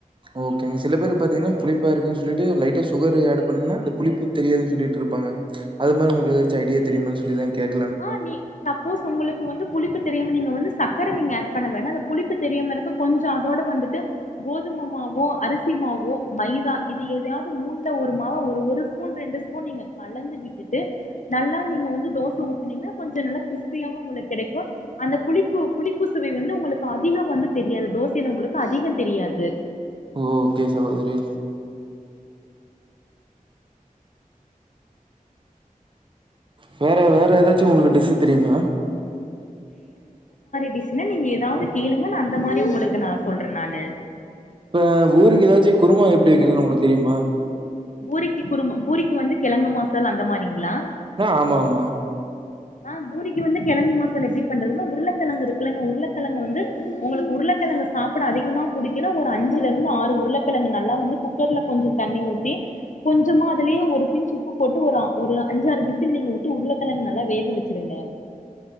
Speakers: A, on the right; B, on the left.
A: ஓகேங்க சில பேரு பாத்தீங்கன்னா புளிப்பா இருக்குன் சொல்லிட்டு லைட்டா சுகர் ஆட் பண்ணுன்னா அந்த புளிப்பு தெரியாதுன்னு சொல்லிட்டுருப்பாங்க அது மாரி உங்ளுக்கு ஏதாச்சு ஐடியா தெரியுமான் சொல்லிதா கேட்
B: ஆஹ் நீ சப்போஸ் உங்ளுக்கு வந்து புளிப்பு தெரியாம நீங்க வந்து சக்கரை நீங்க ஆட் பண்ண வேணா அந்த புளிப்பு தெரியாம இருக்க கொஞ்சொ அதோட வந்துட்டு கோதும மாவோ அரிசி மாவோ மைதா இது எதயாவது மூண்ல ஒரு மாவ ஒரு ஸ்பூ பூன் ரெண்டு ஸ்பூன் நீங்க கலந்து விட் டு நல்லா நீங்க வந்து தோச ஊத் கொஞ்சொ நல்லா கிறிஸ்பியாவு உங்களுக்கெடைக்கு அந்த புளிப்பு புளிப்பு சுவை வந்து உங்களுக்கு அதிக வந்து தெரியாது தோசைல உங்களுக்கு அதிக தெரியாது
A: ஓகே சகோதரி வேற வேற ஏதாச்சு உங்ளுக்கு டிஷ் தெரியுமா
B: டிஷ்ன்ன நீங்க ஏதாவது கேளுங்க நான் அந்த மாரி உங்களுக்கு நா சொல்ற நானு
A: ஆ பூரிக்கு ஏதாச்சு குருமா எப்டி வெக்றதுன்னு உங்ளுக்கு தெரியுமா
B: பூரிக்கு குருமா பூரிக்கு வந்து கெழங்கு மசால் அந்த மாரிங்ளா
A: ஆ ஆமா ஆமா
B: ஆஹ் பூரிக்கு வந்து கெழங்கு மசால் எப்டி பண்றதுன்னா உருளக்கெழங்கு இருக்குல்லங்க உருளக்கெழங்கு வந்து உங்களுக்கு உருளக்கெழங்க சாப்ட அதிகமா புடிக்குன்னா ஒரு அஞ்சுல இருந்து ஆறு உருளக்கெழங்கு நல்லா வந்து குக்கர்ல கொஞ்ச தண்ணி ஊத்தி கொஞ்சமா அதுலயே ஒரு பின்ச் உப்பு போட்டு ஒரு ஒரு அஞ்சாறு விசில் நீங்க விட்டு உருளக்கெழங்கு நல்லா வேக வெச்சிருங்க